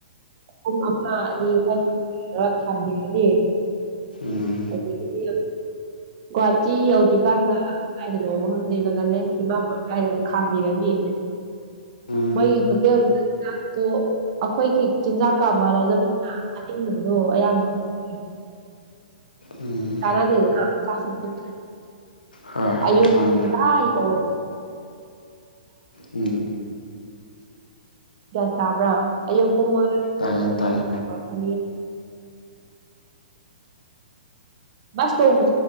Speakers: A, on the right; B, on the left.
A: ꯄꯨꯪ ꯑꯃꯥ ꯑꯅꯤ ꯑꯗꯨꯋꯥꯏꯗꯥ <inaudible>
B: ꯎꯝ
A: ꯑꯗꯥꯒꯤꯗꯤ ꯒꯨꯍꯥꯇꯤ ꯌꯧꯗ꯭ꯔꯤꯀꯥꯟꯗ ꯀꯗꯥꯏꯗꯅꯣ ꯑꯃꯥ ꯈꯪꯗꯦ ꯅꯥꯒꯥꯂꯦꯟ ꯗꯤꯃꯥꯄꯨꯔ ꯀꯗꯥꯏꯗ ꯑꯃꯨꯛ ꯈꯥꯝꯕꯤꯔꯅꯤ
B: ꯎꯝ ꯎꯝ
A: ꯃꯣꯢꯒꯤ ꯍꯣꯇꯦꯜ ꯒꯤ ꯆꯥꯛꯇꯨ ꯑꯩꯈꯣꯏꯒꯤ ꯆꯤꯟꯖꯥꯛꯀꯥ ꯃꯥꯟꯅꯗꯕꯅꯤꯅ ꯆꯥꯅꯤꯡꯗꯕꯗꯣ ꯑꯌꯥꯝꯕ <inaudible>
B: ꯎꯝ
A: ꯇꯔꯗꯦ ꯆꯦ
B: ꯍꯣꯏ ꯍꯣꯏ
A: ꯑꯌꯣꯗꯥ
B: ꯃꯥꯅꯦ
A: ꯌ
B: ꯎꯝ
A: ꯒ꯭ꯌꯥꯟ ꯇꯥꯕ꯭ꯔꯥ ꯑꯌꯨꯛ ꯄꯨꯡ ꯃꯉꯥ
B: ꯇꯥꯏꯌꯦ ꯇꯥꯏꯌꯦ
A: ꯑ ꯈ ꯁ ꯇꯧ ꯃ